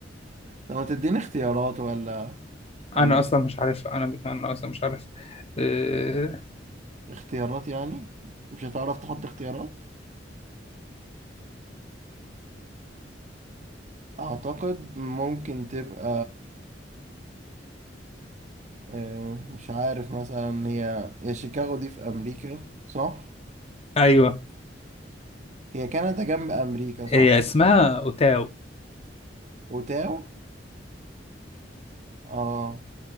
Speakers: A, on the right (about 40°); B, on the left (about 35°).
A: طب ما تديني اختيارات ولا ولا
B: انا اصلا مش عارف انا انا اصلا مش عارف اه...
A: اختيارات يعني مش هتعرف تحط اختيارات أعتقد ممكن تبقى إيه... مش عارف مثلا هي هي شيكاغو دي في أمريكا صح
B: ايوه
A: هي كندا جنب أمريكا صح
B: هي اسمها اوتاو
A: أوتاو اه